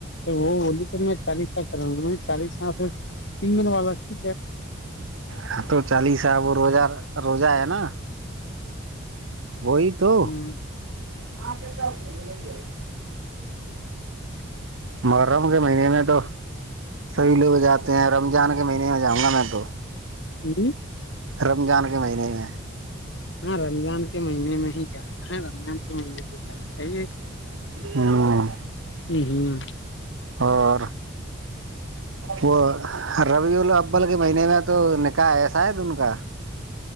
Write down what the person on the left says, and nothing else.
وہ بولی تو میں چالیس سال کرا گا چالیس سال سے تین م والا ٹھیک ہے
ہے
<unintelligible>
ہوں
ہاں رمضان کے مہینے میں ہی جانا ہے رمضان کے مہینے میں جنا چاہیے ہے
ہ ہوں